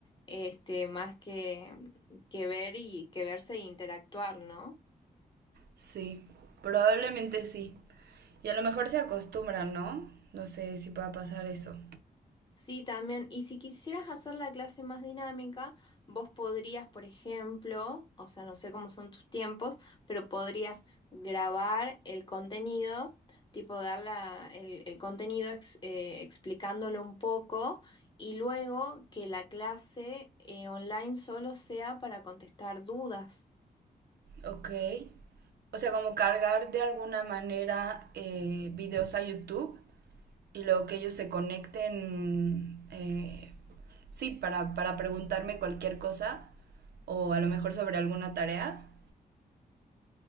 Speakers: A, on the left (about 30°); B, on the right (about 80°).
A: este, más que, que ver y que verse e interactuar, ¿no?
B: Sí, probablemente sí. Y a lo mejor se acostumbran, ¿no? No sé si pueda pasar eso.
A: Sí, también. Y si quisieras hacer la clase más dinámica, vos podrías, por ejemplo, o sea, no sé cómo son tus tiempos, pero podrías grabar el contenido, tipo dar la- el, el contenido ex- eh, explicándolo un poco y luego que la clase eh, online solo sea para contestar dudas.
B: Ok. O sea, como cargar de alguna manera eh, videos a YouTube y luego que ellos se conecten, eh, sí, para, para preguntarme cualquier cosa o a lo mejor sobre alguna tarea.